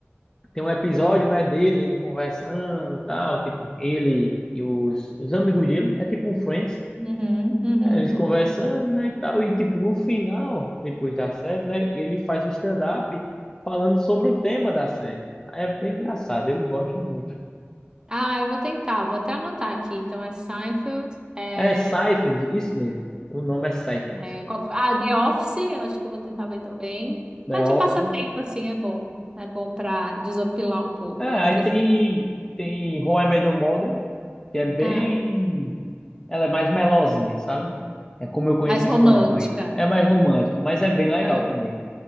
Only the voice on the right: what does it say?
Uhum, uhum.
Ah, eu vou tentar, vou até anotar aqui. Então é Seinfeld, é,
é, qual que foi? ah, The Office, eu acho que eu vou tentar ver também.
Tá
de passatempo, assim, é bom. É bom para desopilar um pouco
a pressão.
Ah,
mais romântica.
Ah,